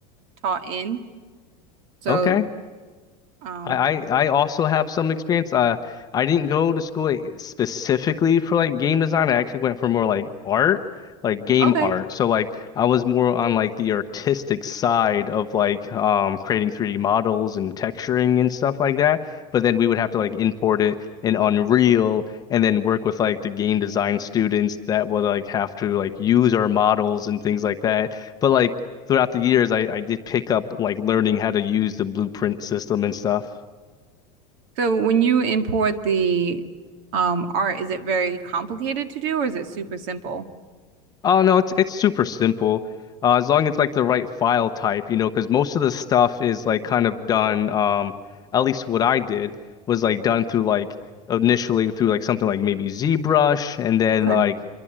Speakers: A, on the right; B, on the left.
A: taught in. So,
B: Okay.
A: um,
B: I, I I also have some experience. Uh, I didn't go to school like, specifically for like game design. I actually went for more like art, like game
A: okay.
B: art. So like I was more on like the artistic side of like um creating 3D models and texturing and stuff like that. But then we would have to like import it in Unreal and then work with like the game design students that would like have to like use our models and things like that. But like throughout the years, I, I did pick up like learning how to use the blueprint system and stuff.
A: So when you import the um, art, is it very complicated to do or is it super simple?
B: Oh no, it's it's super simple. Uh, as long as like the right file type, you know, because most of the stuff is like kind of done. Um, at least what I did was like done through like initially through like something like maybe ZBrush, and then
A: Okay.
B: like